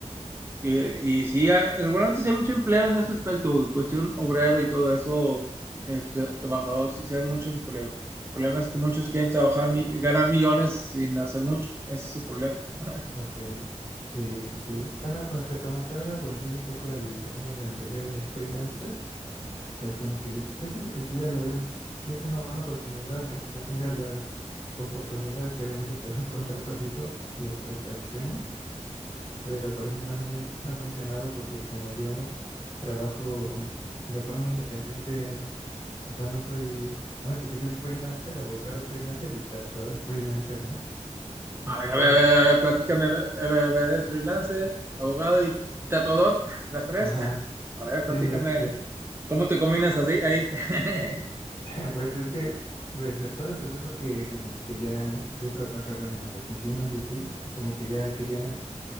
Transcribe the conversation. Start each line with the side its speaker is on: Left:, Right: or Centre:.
Right: que- y sí, hay- seguramente sí hay mucho empleo en ese aspecto, cuestión obrero y todo eso, este, trabajador, sí, sí hay mucho empleo. El problema es que muchos quieren trabajar, mi- ganar millones sin hacer mucho, ese es el problema. <laughs>
Left: ok. Eh, sí, bueno, como te comentaba, volviendo un poco al tema de anterior de freelancer. Pues como que yo siento que sí, a la vez, sí es una buena oportunidad, aunque no tengas las oportunidades que obviamente te da un contrato fijo, las prestaciones, pero por ejemplo a mí me ha funcionado porque como yo trabajo de forma independiente, o sea, no soy, ahora sí que soy freelancer, abogado freelancer y tatuador freelancer, ¿no? Entonces,
Right: A ver, a ver, a ver, a ver, platícame, a ver, a ver, a ver, ¿eres freelancer, abogado y, y tatuador, <laughs> las tres.
Left: ajá,
Right: <laughs> A ver, platícame,
Left: sí, la- eh,
Right: ¿cómo te combinas así ahí? <laughs>
Left: <laughs> Pues es que, pues eh, todo empezó porque como que ya yo trabajaba en las oficinas y así, y como que ya quería